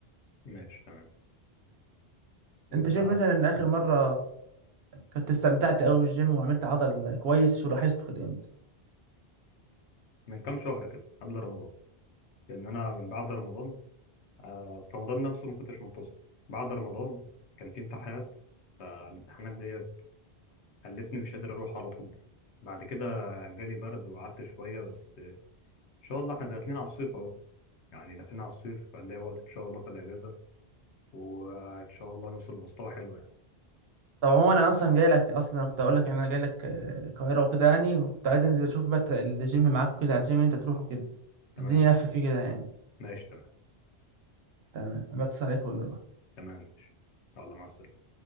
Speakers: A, on the left; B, on the right.
A: ماشي تمام وانت
B: انت شايف مثلا ان اخر مره كنت استمتعت قوي بالجيم وعملت عضل كويس ولاحظته كده امتى
A: من كام شهر كده قبل رمضان لان انا من بعد رمضان آه، في رمضان نفسه ما كنتش منتظم بعد رمضان كان في امتحانات فالامتحانات ديت خلتني مش قادر اروح على طول بعد كده جالي برد وقعدت شوية بس ان شاء الله احنا داخلين على الصيف اهو يعني داخلين على الصيف فنلاقي وقت ان شاء الله في الاجازة وان شاء الله نوصل لمستوى حلو يعني
B: طب عموما انا اصلا جاي لك اصلا كنت اقول لك يعني انا جاي لك آه، القاهره وكده يعني وكنت عايز انزل اشوف بقى الجيم معاك كده الجيم اللي انت بتروحه كده
A: تمام
B: تديني لفه فيه كده يعني
A: ماشي تمام
B: تمام بتصل عليك ونروح
A: تمام ماشي يلا مع السلامة